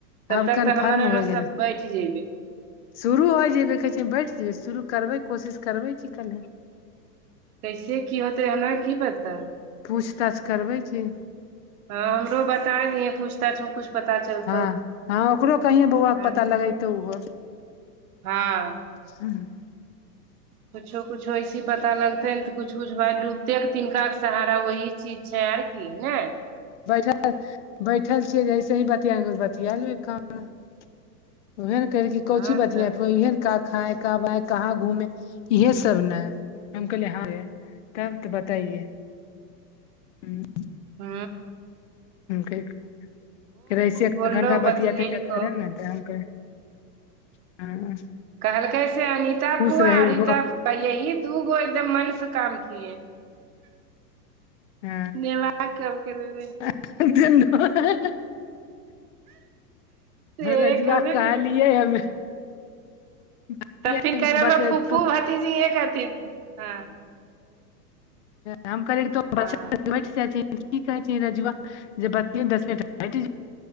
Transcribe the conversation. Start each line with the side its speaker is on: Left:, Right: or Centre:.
Right: तब
Left: आब
Right: तक
Left: कन्फर्म
Right: तऽ हमर
Left: हो
Right: रस्ता
Left: गेलै
Right: बैठ जेयबै।
Left: शुरू होइ जयबै, कहै छिय बैठि जेबै, शुरू करबै, कोशिश करबै, कि क
Right: कैसे की होतै, हमरा की पता।
Left: पूछतााछ करबै की।
Right: हँ, हमरो बत पता नै पूछता छ मे कुछ पता चलत
Left: हँ हँ ओकरो कहिये बौआ के पता
Right: आर
Left: लगेतौ ओहो
Right: ह
Left: <unintelligible>
Right: कुछो- कुछो ऐसी पता लगतै तऽ कुछ- कुछ बात डूब कतेक तिनका के सहारा वोही चीज छै आर की ने।
Left: बैठल- बैठल छियै जैसे ही बतिया बतिया लै कान उहे ने कहल कोची
Right: हँ
Left: बतियाहोइ
Right: तब
Left: इहेयने का खाय <unintelligible> कब आए कहाँ घूमे इहे सब ने हम कहले यहा हे तब तऽ बताइये। <inaudible>
Right: ह
Left: क फेर ऐसे एक
Right: बोललो
Left: घण्टा बतियाते
Right: बतियेलको
Left: बेकार ह ने तऽ हम <unintelligible>
Right: कहलकै से अनिता
Left: खुश
Right: पुआरिता
Left: रहे ओहो
Right: त यही दूगो एकदम मन से काम किए।
Left: ह
Right: नेला कबके देबे
Left: <unintelligible>
Right: से
Left: रजुआ
Right: कहबे
Left: कहलियै
Right: केलको
Left: हमे। <unintelligible>
Right: तब फिर
Left: कि
Right: कहे
Left: तू बते
Right: फूफू
Left: तू
Right: भतीजी एक हथिन्ह ह।
Left: हम <unintelligible>
Right: हँ
Left: जैथिन की कहै छै रजुआ जे बते दस मिनट